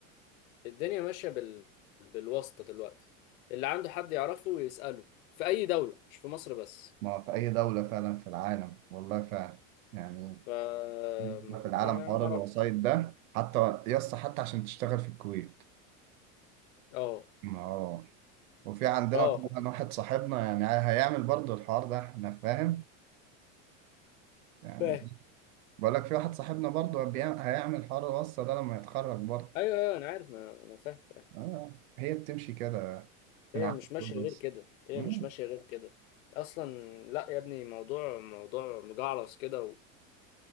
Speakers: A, on the left; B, on the right.
A: الدنيا ماشية بال... بالواسطة دلوقتي اللي عنده حد يعرفه يسأله في أي دولة مش في مصر بس
B: ما في اي دوله فعلا في العالم والله فعلا يعني
A: ف
B: في
A: ما
B: العالم
A: ما
B: حوار
A: ما أعرفش
B: الوسائط ده حتى يا اسطى حتى عشان تشتغل في الكويت
A: أه
B: ما هو وفي عندنا
A: أه
B: طبعا
A: فاهم
B: واحد صاحبنا يعني هيعمل برضه الحوار ده احنا فاهم يعني
A: فاهم
B: بقول لك في واحد صاحبنا برضه بيع- هيعمل حوار الوصلة ده لما يتخرج برضه
A: أيوه أيوه أنا عارف ما أنا فاهم فاهم
B: آه هي بتمشي كده في
A: هي
B: العالم
A: مش ماشية
B: كله
A: غير
B: بس
A: كده هي
B: مم.
A: مش ماشية غير كده أصلا لا يا ابني موضوع موضوع مجعلص كده و...